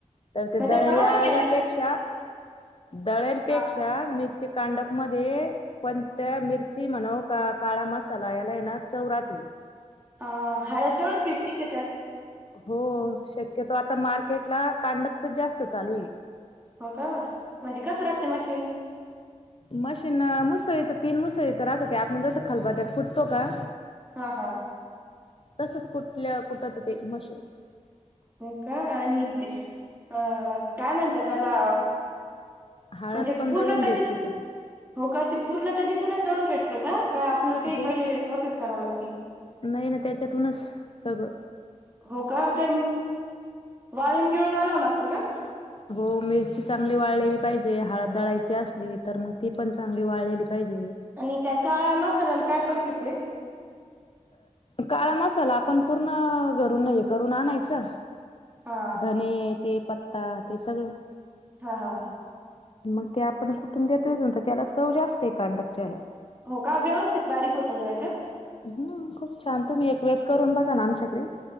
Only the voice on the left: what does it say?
तर ते
दळल्याल्यापेक्षा
दळ्यालपेक्षा
मिरची कांडप मध्ये कोणत्या मिरची म्हणव काळा मसाला याला येणार चौ राती.
हो शक्यतो आता मार्केटला, कांडपच जास्त चालूय
मशीन मुसळीचं तीन मुसळीचं राहत त्या, आपण जसं खालबत्यात कुटतो का
तसच कुठल्या, कुठत ते मशीन
हाळात
पण
दळून
भेटते त्याच्यात
हो
नाही ना त्याच्यातूनच सगळं
हो मिरची चांगली वाळलेली पाहिजे, हळद दळायची असली तर मग ती पण चांगली वाळलेली पाहिजे.
काळा मसाला आपण पूर्ण घरून हे करून आणायचा
धने ते पत्ता ते सगळं.
मग ते आपण कुठून देतो का त्याला चव जास्त आहे कांडपच्याला
हम, खूप छान तुम्ही एक वेळेस करून बघा ना आमच्याकडे.